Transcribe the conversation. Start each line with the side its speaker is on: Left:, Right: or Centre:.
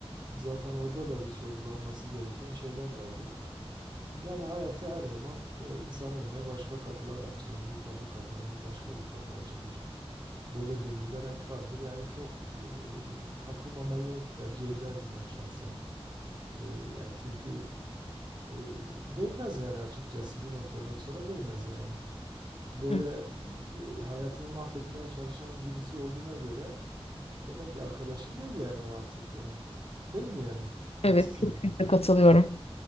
Right: zaten orada da bir sorgulanması gereken şeyler vardır. Yani hayatta her zaman e, insanın önüne başka kapılar açılır. Bir kapı kapanır, başka bir kapı açılır. Böyle döngüler hep vardır. Yani çok e, takılmamayı tercih ederdim ben şahsen. E, yani çünkü e, değmez yani açıkçası bir noktadan sonra değmez yani böyle
Left: Hı,
Right: bir hayatımı mahvetmeye çalışan birisi olduğuna göre demek ki arkadaşım değil yani o artık benim. Değil mi yani? Haksız
Left: Evet. Kesinlikle
Right: mıyım?
Left: katılıyorum.